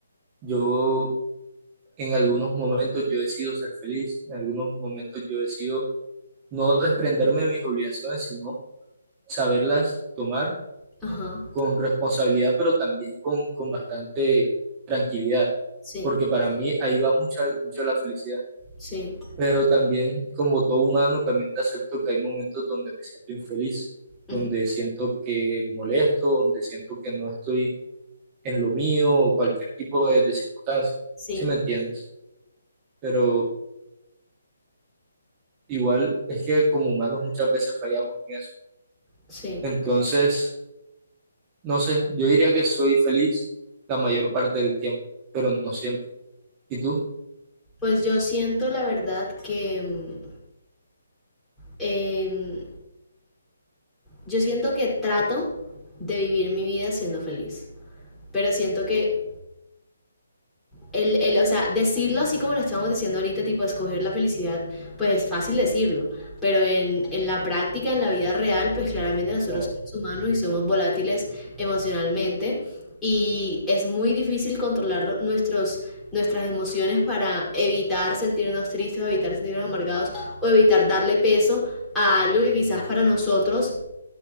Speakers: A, on the right; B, in the centre.
A: yo en algunos momentos yo decido ser feliz, en algunos momentos yo decido no desprenderme de mis obligaciones, sino saberlas tomar
B: Ajá,
A: con responsabilidad, pero también con, con bastante tranquilidad,
B: sí,
A: porque para mí ahí va mucha, mucha la felicidad.
B: sí,
A: Pero también, como todo humano, también te acepto que hay momentos donde me siento infeliz,
B: ujú,
A: donde siento que molesto, donde siento que no estoy en lo mío o cualquier tipo de, de circunstancia,
B: sí,
A: ¿sí me entiendes? Pero igual es que como humanos muchas veces fallamos en eso.
B: sí.
A: Entonces, no sé, yo diría que soy feliz la mayor parte del tiempo, pero no siempre. ¿Y tú?
B: Pues yo siento la verdad que mm, em, yo siento que trato de vivir mi vida siendo feliz, pero siento que el, el, o sea, decirlo así como lo estamos diciendo ahorita, tipo escoger la felicidad, pues es fácil decirlo, pero en, en la práctica, en la vida real, pues claramente nosotros
A: Claro,
B: somos humanos y somos volátiles emocionalmente y es muy difícil controlar nuestros, nuestras emociones para evitar sentirnos tristes o evitar sentirnos amargados o evitar darle peso a algo que quizás para nosotros